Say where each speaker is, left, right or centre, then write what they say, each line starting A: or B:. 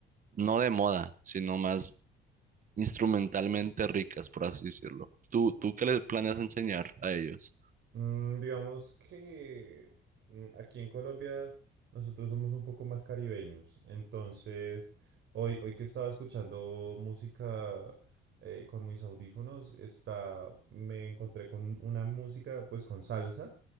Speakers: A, on the right; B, on the right.
A: no de moda, sino más instrumentalmente ricas, por así decirlo. ¿Tú, tú qué les planeas enseñar a ellos?
B: Mm, digamos que mm, aquí en Colombia nosotros somos un poco más caribeños. Entonces, hoy, hoy que estaba escuchando música eh, con mis audífonos, está, me encontré con una música pues con salsa.